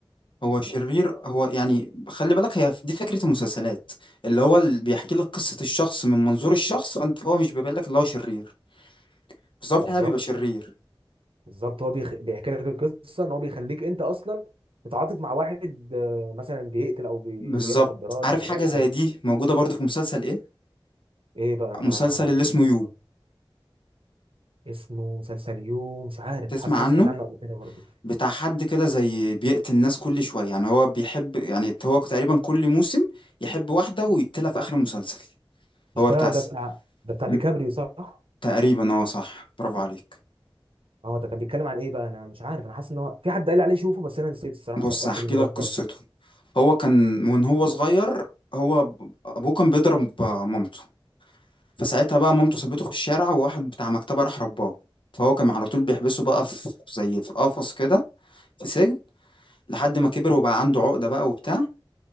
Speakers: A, on the left (about 65°); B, on the right (about 75°).
A: هو شرير هو يعني خلي بالك هي دي فكرة المسلسلات اللي هو اللي بيحكي لك قصة الشخص من منظور الشخص فانت هو مش بيبين لك اللي هو شرير بس هو في
B: بالظبط
A: الحقيقة بيبقى شرير
B: بالظبط هو بيخ... بيحكي لك القصه ان هو بيخليك انت اصلا تتعاطف مع واحد آه، مثلا بيقتل او بي...
A: بالظبط
B: بيبيع مخدرات
A: عارف
B: او
A: حاجة
B: ايا
A: زي
B: كان
A: دي موجودة برضه في مسلسل ايه
B: ايه بقى انا
A: مسلسل
B: ما
A: اللي
B: مش
A: اسمه
B: عارف
A: يو
B: والله. اسمه مسلسل يو مش عارف
A: تسمع
B: حاسس إن انا
A: عنه
B: سمعت عنه قبل كده برضه
A: بتاع حد كده زي بيقتل الناس كل شوية يعني هو بيحب يعني هو تقريبا كل موسم يحب واحدة ويقتلها في آخر المسلسل
B: مش
A: هو
B: ده
A: بتاع
B: ده
A: س...
B: بتاع ده بتاع
A: م-
B: ديكابريو صح؟
A: تقريبا اه صح برافو عليك
B: اه ده كان بيتكلم عن ايه بقى انا مش عارف انا حاسس ان هو في حد قال لي عليه شوفه بس انا نسيت الصراحه
A: بص
B: سقطت
A: هحكي
B: من دماغي
A: لك قصته
B: خالص
A: هو كان وان هو صغير هو ب- ابوه كان بيضرب مامته فساعتها بقى مامته سابته في الشارع وواحد بتاع مكتبة راح رباه فهو كان على طول بيحبسه بقى في زي في قفص كده في سجن لحد ما كبر وبقى عنده عقدة بقى وبتاع